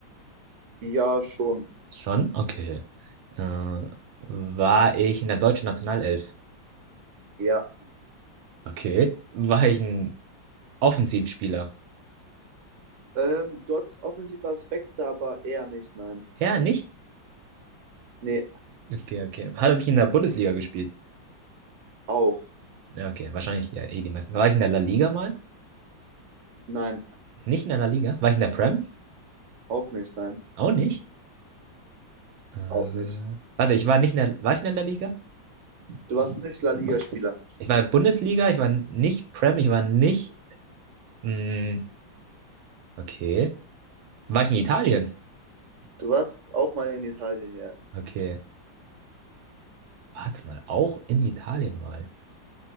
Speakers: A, on the right; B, on the right.
A: Ja, schon.
B: Schon? Okay. Äh, war ich in der deutschen Nationalelf?
A: Ja.
B: Okay. War ich ein Offensivspieler?
A: Ähm, du hattest offensive Aspekte, aber eher nicht, nein.
B: Ja, nicht?
A: Nee,
B: Okay, okay. Habe ich in der Bundesliga gespielt?
A: auch.
B: Ja, Okay, wahrscheinlich ja, eh die meisten. War ich in der La Liga mal?
A: Nein,
B: Nicht in der La Liga? War ich in der Prem?
A: auch nicht, nein.
B: Auch nicht. Äh,
A: Auch nicht.
B: warte, ich war nicht in der, war ich in der La Liga?
A: Du warst nicht La Liga-Spieler.
B: Ich war in der Bundesliga, ich war nicht Prem, ich war nicht Mm, okay. War ich in Italien?
A: Du warst auch mal in Italien, ja.
B: Okay. Warte mal, auch in Italien mal.